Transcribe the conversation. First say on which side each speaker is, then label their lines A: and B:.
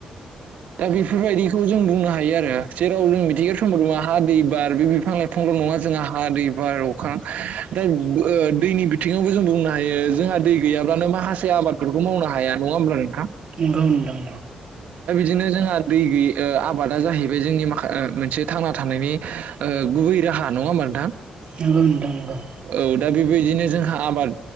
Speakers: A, on the right (about 80°); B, on the right (about 45°).
A: दा बेफोरबायदिखौ जों बुंनो हायो आरो जेराव जों मिथिंगायारि सम्पद हा, दै, बार, बे बिफां-लाइफां <unintelligible> जोंहा हा, दै, बार, अखा दा ओ दैनि बिथिङावबो जों बुंनो हायो जोंहा दै गैयाबानो माखासे आबादफोरखौ मावनो हाया नङा होमब्ला नों
B: नोंगौ नोंथां।
A: बिदिनो जोंहा दैै गै ओ आबादा जाहैबाय जोंनि माखा ओ मोनसे थांना थानायनि ओ गुबै रा हा नङा होनबा नोंथां?
B: नोंगौ नोंथां नोंगौ।
A: औ दा बेबायदिनो जोंहा आबाद